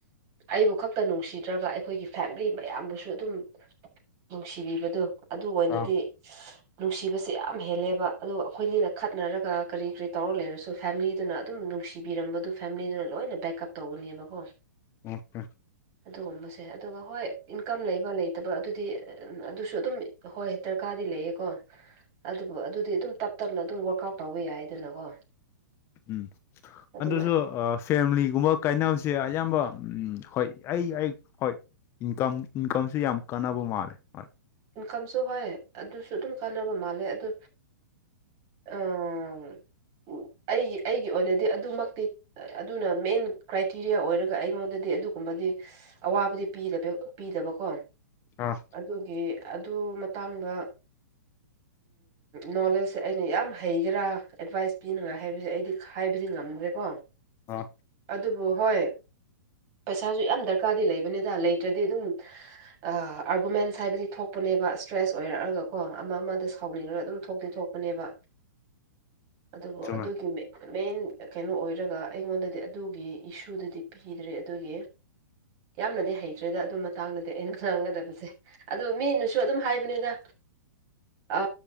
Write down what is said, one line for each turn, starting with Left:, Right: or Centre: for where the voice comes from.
Right: ꯑꯩꯕꯨ ꯈꯛꯇ ꯅꯨꯡꯁꯤ ꯅꯨꯡꯁꯤꯗ꯭ꯔꯒ ꯑꯩꯈꯣꯏꯒꯤ ꯐꯦꯃꯤꯂꯤ ꯃꯌꯥꯝꯕꯨꯁꯨ ꯑꯗꯨꯝ ꯅꯨꯡꯁꯤꯕꯤꯕꯗꯣ ꯑꯗꯨ ꯑꯣꯏꯅꯗꯤ
Left: ꯑꯥ
Right: ꯅꯨꯡꯁꯤꯕꯁꯦ ꯌꯥꯝ ꯍꯦꯜꯂꯦꯕ ꯑꯗꯨ ꯑꯩꯈꯣꯏꯅꯤꯅ ꯈꯠꯅꯔꯒ ꯀꯔꯤ ꯀꯔꯤ ꯇꯧꯔ ꯂꯩꯔꯁꯨ ꯐꯦꯃꯤꯂꯤꯗꯨꯅ ꯑꯗꯨꯝ ꯅꯨꯡꯁꯤꯕꯤꯔꯝꯕꯗꯨ ꯐꯦꯃꯤꯂꯤꯗꯨꯅ ꯂꯣꯏꯅ ꯕꯦꯛꯑꯞ ꯇꯧꯒꯅꯦꯕꯀꯣ
Left: ꯑꯣꯀꯦ
Right: ꯑꯗꯨꯒꯨꯝꯕꯁꯦ ꯑꯗꯨꯒ ꯍꯣꯏ ꯏꯟꯀꯝ ꯂꯩꯕ ꯂꯩ ꯅꯠꯇꯕ ꯑꯗꯨꯗꯤ ꯑꯗꯨꯁꯨ ꯑꯗꯨꯝ ꯍꯣꯏ ꯗꯔꯀꯥꯔꯗꯤ ꯂꯩꯌꯦꯀꯣ ꯑꯗꯨꯕꯨ ꯑꯗꯨꯗꯤ ꯑꯗꯨꯝ ꯇꯞ ꯇꯞꯅ ꯑꯗꯨꯝ ꯋꯥꯔꯛ ꯑꯥꯎꯠ ꯇꯧꯕ ꯌꯥꯏꯗꯅꯀꯣ
Left: ꯎꯝ
Right: ꯑꯗꯨꯅ
Left: ꯑꯗꯨꯁꯨ ꯐꯦꯃꯤꯂꯤꯒꯨꯝꯕ ꯀꯥꯏꯅꯕꯁꯦ ꯑꯌꯥꯝꯕ ꯍꯣꯏ ꯑꯩ ꯑꯩ ꯍꯣꯏ ꯏꯟꯀꯝ ꯏꯟꯀꯝꯁꯦ ꯌꯥꯝ ꯀꯥꯟꯅꯕ ꯃꯥꯜꯂꯦ ꯍꯣꯏ
Right: ꯏꯟꯀꯝꯁꯨ ꯍꯣꯏ ꯑꯗꯨꯁꯨ ꯑꯗꯨꯝ ꯀꯥꯟꯅꯕ ꯃꯥꯜꯂꯦ ꯑꯗꯨ ꯑꯝ ꯑꯩꯒꯤ ꯑꯩꯒꯤ ꯑꯣꯏꯅꯗꯤ ꯑꯗꯨꯃꯛꯇꯤ ꯑꯗꯨꯅ ꯃꯦꯟ ꯀ꯭ꯔꯥꯏꯇꯦꯔꯤꯌꯥ ꯑꯣꯏꯔꯒ ꯑꯩꯉꯣꯟꯗꯗꯤ ꯑꯗꯨ ꯑꯗꯨꯒꯨꯝꯕꯗꯤ ꯑꯋꯥꯕꯗꯤꯤ ꯄꯤꯗꯕꯀꯣ
Left: ꯑꯥ
Right: ꯑꯗꯨꯒꯤ ꯑꯗꯨ ꯃꯇꯥꯡꯗ ꯅꯣꯂꯦꯖꯁꯦ ꯑꯩꯅ ꯌꯥꯝ ꯍꯩꯒꯦꯔꯥ ꯑꯦꯗꯚꯥꯏꯁ ꯄꯤꯅꯤꯡꯉꯥꯏ ꯍꯥꯏꯕꯁꯦ ꯑꯩꯗꯤ ꯍꯥꯏꯕꯗꯤ ꯉꯥꯏ ꯅꯗ꯭ꯔꯦꯀꯣ
Left: ꯑꯥ
Right: ꯑꯗꯨꯕꯨ ꯍꯣꯏ ꯄꯩꯁꯥꯁꯨ ꯌꯥꯝ ꯗꯔꯀꯥꯔꯗꯤ ꯂꯩꯕꯅꯤꯗ ꯂꯩꯇ꯭ꯔꯗꯤ ꯑꯗꯨꯝ ꯑꯥꯔꯒꯨꯃꯦꯟꯁ ꯍꯥꯏꯕꯗꯤ ꯊꯣꯛ ꯊꯣꯛꯄꯅꯦꯕ ꯏꯁꯇ꯭ꯔꯦꯁ ꯑꯣꯏꯔꯛꯑꯒ ꯀꯣ ꯑꯃ ꯑꯃꯗ ꯁꯥꯎꯅꯤꯡꯉꯒ ꯑꯗꯨꯝ ꯊꯣꯛꯇꯤ ꯊꯣꯛꯄꯅꯦꯕ
Left: <unintelligible>
Right: ꯑꯗꯨꯕꯨ
Left: ꯆꯨꯝꯃꯦ
Right: ꯑꯗꯨꯒꯤ ꯃꯤꯠ ꯃꯦꯟ ꯀꯩꯅꯣ ꯑꯣꯏꯔꯒ ꯑꯩꯉꯣꯟꯗꯗꯤ ꯑꯗꯨꯒꯤ ꯏꯁꯨꯗꯗꯤ ꯄꯤꯗ꯭ꯔꯦ ꯑꯗꯨꯒꯤ ꯌꯥꯝꯅꯗꯤ ꯍꯩꯇ꯭ꯔꯦꯗ ꯑꯗꯨ ꯃꯇꯥꯡꯗꯗꯤ ꯑꯩꯅ ꯈꯪꯒꯗꯕꯁꯦ ꯑꯣ ꯃꯤꯅ ꯁ ꯑꯗꯨꯝ ꯍꯥꯏꯕꯅꯤꯅ ꯑ